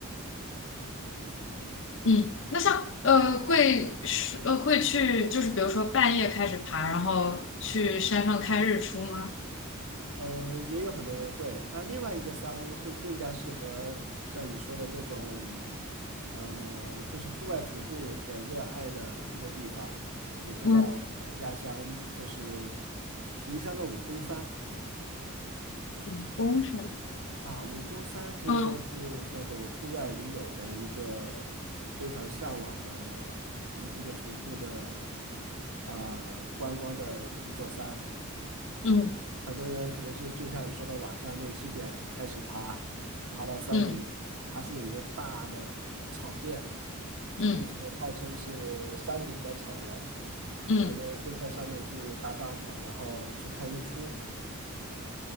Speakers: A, on the right; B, on the left.
A: 嗯
B: 嗯，那像呃会是呃会去，就是比如说半夜开始爬，然后去山上看日出吗？
A: 嗯，呃也有很多人会，但另外一个山会更加适合像你说的这种，呃，就是户外徒步的热爱的一个地方，也是在我的家乡，
B: 嗯，
A: 就是萍乡的武功山。
B: 嗯，公山。
A: 啊，武功山可以说是那种户外驴友的一个非常向往的一一个徒步的
B: 嗯
A: 啊、观光的一座山。
B: 嗯
A: 很多人可能是就像你说的，晚上六七点开始爬，爬到山顶，
B: 嗯。
A: 它是有一个大的草甸，
B: 嗯
A: 就是号称是山顶的草原，
B: 嗯，
A: 很多人就在上面去搭帐篷，然后去看日出。